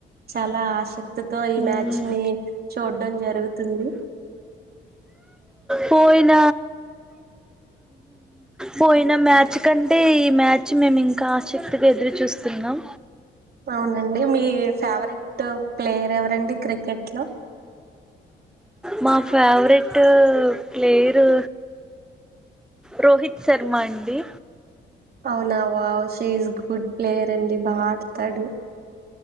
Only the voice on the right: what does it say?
చాలా ఆశక్తి తితో ఈ
మ్యాచ్ ని చూడడం జరుగుతుంది
అవునండి మీ ఫేవరెట్ ప్లేయర్ ఎవరండి క్రికెట్ లో
అవునావా షీ ఈస్ గుడ్ ప్లేయర్ అండి బాగా ఆడతాడు